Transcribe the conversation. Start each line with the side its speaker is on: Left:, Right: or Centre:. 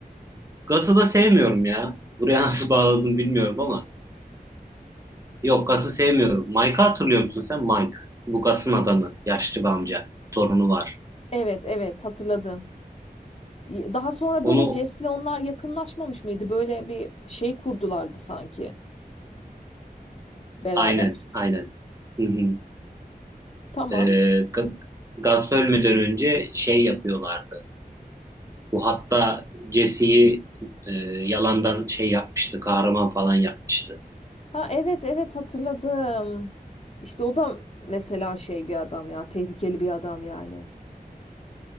Right: Gas'ı da sevmiyorum ya. Buraya nasıl <laughs> bağladım bilmiyorum ama. Yok Gas'ı sevmiyorum. Mike'ı hatırlıyor musun sen? Mike. Bu Gas'ın adamı. Yaşlı bir amca. Torunu var.
Left: Evet evet hatırladım. Daha sonra
Right: Onu
Left: böyle Jess'le onlar yakınlaşmamış mıydı? Böyle bir şey kurdulardı sanki beraber.
Right: Aynen, aynen. Hı hı.
Left: Tamam.
Right: Ee, Ga- Gus ölmeden önce şey yapıyorlardı. Bu hatta Jesse'yi e, yalandan şey yapmıştı, kahraman falan yapmıştı.
Left: Ha evet evet hatırladım. İşte o da mesela şey bir adam ya, tehlikeli bir adam yani.